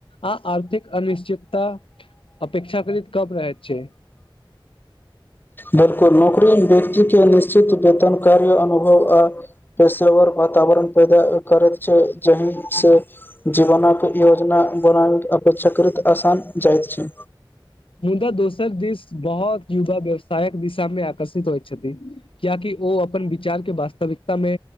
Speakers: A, on the left; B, on the left.
A: आ आर्थिक निश्चितता अपेक्षाकृत कम रहत छै
B: बिलकुल नौकरी व्यक्ति के निश्चित वेतन कार्य अनुभव आ पेशेावर व वातावरण पैदा करैत छै जहिसँ जीवनक योजना बनाब अपन चक्रत आसान जाइत छै
A: मुदा दोसर देस बहुत युवा व्यवसायक दिशामे आकर्षित होइत छथिन कियाकि ओ अपन विचार के वास्तविकतामे